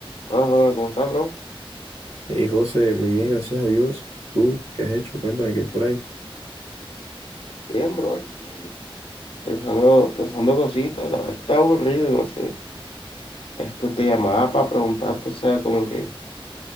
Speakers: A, on the left; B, on the right.
A: Hola, Ronald, ¿cómo estás, bro?
B: Hey José, muy bien, gracias a Dios. ¿Tú qué has hecho? Cuéntame qué hay por ahí.
A: Bien, bro, aquí pensando, pensando cositas, la verdad está aburrido, no sé. Este, te llamaba para preguntarte, o sea, como que